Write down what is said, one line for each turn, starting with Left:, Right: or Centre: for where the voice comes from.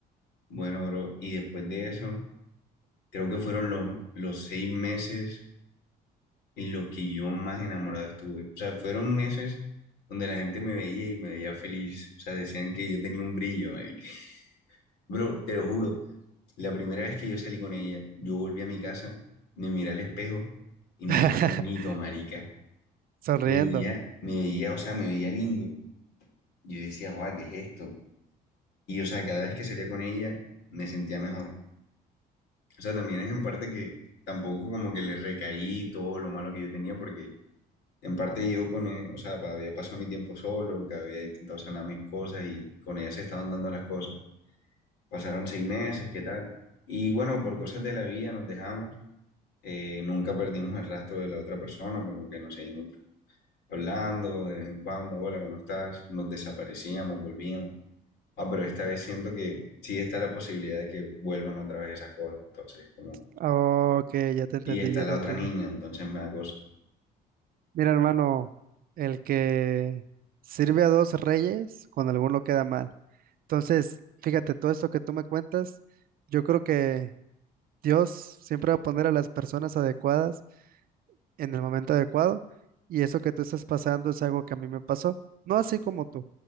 Left: bueno, bro, y después de eso, creo que fueron los, los seis meses en los que yo más enamorado estuve. O sea, fueron meses donde la gente me veía y me veía feliz. O sea, decían que yo tenía un brillo, marica. Bro, te lo juro, la primera vez que yo salí con ella, yo volví a mi casa, me miré al espejo y me
Right: <laughs>
Left: veía bonito, marica.
Right: Sonriendo.
Left: Me veía, me veía, o sea, me veía lindo. Yo decía, guau, ¿qué es esto? Y, o sea, cada vez que salía con ella, me sentía mejor. O sea, también es en parte que tampoco como que le recaí todo lo malo que yo tenía, porque En parte yo con e- o sea, pa- había pasado mi tiempo solo, que había intentado sanar mis cosas y con ella se estaban dando las cosas. Pasaron seis meses, ¿qué tal? Y bueno, por cosas de la vida nos dejamos. Eh, nunca perdimos el rastro de la otra persona, como que nos seguimos hablando de vez en cuando, hola, ¿cómo estás? Nos desaparecíamos, volvíamos. Ah, pero esta vez siento que sí está la posibilidad de que vuelvan otra vez esas cosas. Entonces, como...
Right: Ok, ya te entendí,
Left: Y está
Right: ya
Left: la
Right: te
Left: otra
Right: entendí.
Left: niña, entonces me da cosa.
Right: Mira, hermano, el que sirve a dos reyes, con alguno queda mal. Entonces, fíjate, todo esto que tú me cuentas, yo creo que Dios siempre va a poner a las personas adecuadas en el momento adecuado, y eso que tú estás pasando es algo que a mí me pasó. No así como tú,